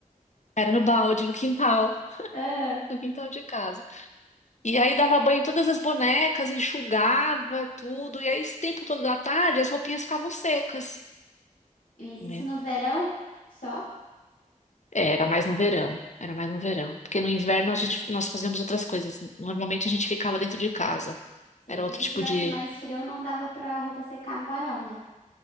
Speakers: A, on the left; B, on the left.
A: Era no balde, no quintal,
B: Ah,
A: no quintal de casa. E aí dava banho em todas as bonecas, enxugava tudo. E aí, esse tempo todo da tarde, as roupinhas ficavam secas,
B: mas
A: né?
B: isso no verão? Só?
A: É, Era mais no verão, era mais no verão. Porque no inverno a gente, nós fazíamos outras coisas. Normalmente a gente ficava dentro de casa.
B: Sim,
A: Era
B: porque
A: outro
B: se
A: tipo
B: estivesse
A: de.
B: mais frio, não dava pra roupa secar no varal, né?